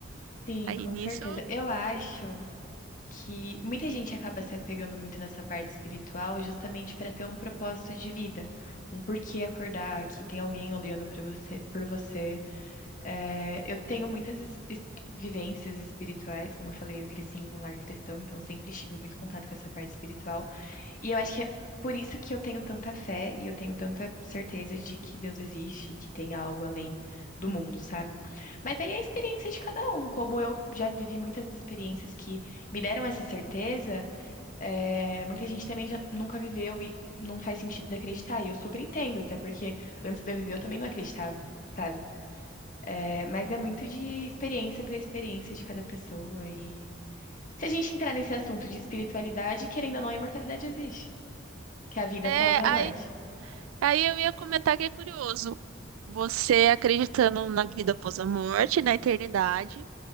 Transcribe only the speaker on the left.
Sim,
com
certeza. Eu acho que muita gente acaba se apegando muito nessa parte espiritual justamente para ter um propósito de vida, um porquê acordar, que tem alguém olhando para você, por você. É, eu tenho muitas es- es- vivências espirituais, como eu falei, eu cresci em um lar cristão, então eu sempre tive muito contato com essa parte espiritual. E eu acho que é por isso que eu tenho tanta fé e eu tenho tanta certeza de que Deus existe, que tem algo além do mundo, sabe? Mas aí é a experiência de cada um. Como eu já vivi muitas experiências que me deram essa certeza, é, muita gente também já nunca viveu e não faz sentido acreditar. E eu super entendo, até porque antes de eu viver eu também não acreditava, sabe? É, mas é muito de experiência para experiência de cada pessoa e. Se a gente entrar nesse assunto de espiritualidade, querendo ou não, a imortalidade existe. Que é a vida
após a
morte.